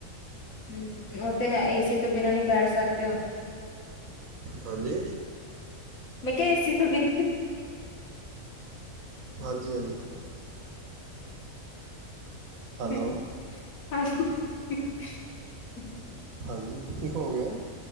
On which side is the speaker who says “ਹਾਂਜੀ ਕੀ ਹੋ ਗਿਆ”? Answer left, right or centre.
Right